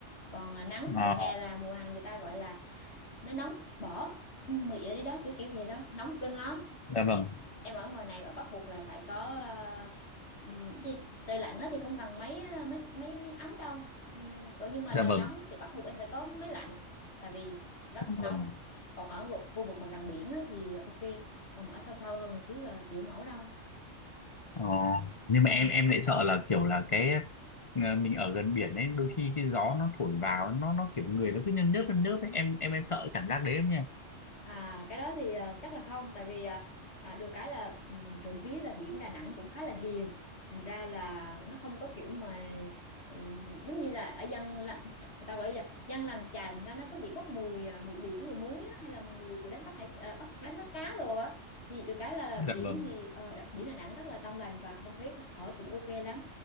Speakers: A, on the left; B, on the left.
A: còn ờ, nắng
B: ờ,
A: mùa hè là mùa hàng người ta gọi là nó nóng bỏ mị đi đó kiểu kiểu vậy đó nóng kinh lắm
B: dạ vâng
A: em ở ngoài này và bắt buộc là phải có ờ, ừm, gì trời lạnh á thì không cần máy ờ, máy máy máy ấm đâu Ừm, còn nhưng mà
B: dạ
A: trời
B: vâng
A: nóng á thì bắt buộc em phải có máy lạnh tại vì rất
B: dạ
A: nóng
B: vâng
A: còn ở khu vực mà gần biển á thì ok còn mà ở sâu sâu hơn một xíu là chịu không nổi đâu
B: ờ, nhưng
A: Ừ.
B: mà em em lại sợ là kiểu là cái ờ, mình ở gần biển ấy đôi khi cái gió nó thổi vào nó nó kiểu người nó cứ nhâm nhớp nhâm nhớp ấy em em em sợ cảm giác đấy em nha
A: À, cái đó thì à, chắc là không tại vì à, à, được cái là um, trộm vía là biển Đà Nẵng cũng khá là hiền thành ra là nó không có kiểu mà ừ, giống như là ở dân là, người ta gọi là dân làng chài thành ra nó có bị bốc mùi à, mùi biển mùi muối á, hay là mùi của đánh bắt hải à, bắt đánh bắt cá đồ á thì được cái là
B: dạ
A: biển
B: vâng
A: thì ờ, đà- biển Đà Nẵng rất là trong lành và không khí thở cũng ok lắm